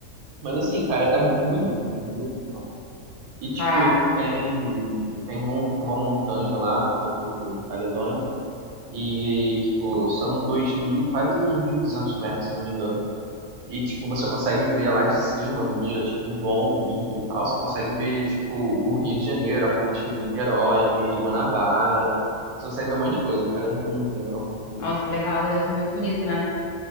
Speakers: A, on the right; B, on the left.
A: Mas assim, cara, é muito bonito, é muito bonito lá. E tipo,
B: Caraca.
A: tem, tem, mon- tem uma montanha lá, que é o Pico do Caledônio, e tipo, são dois mil, quase 2.200 metros, se eu não me engano. E tipo, você consegue ver lá de cima, num dia tipo bom, limpo e tal, você consegue ver tipo o Rio de Janeiro, a ponte Niterói, a Baía de Guanabara. Você consegue ver um monte de coisa, cara, é muito legal, muito bonito.
B: Nossa, que legal. Deve ser muito bonito, né?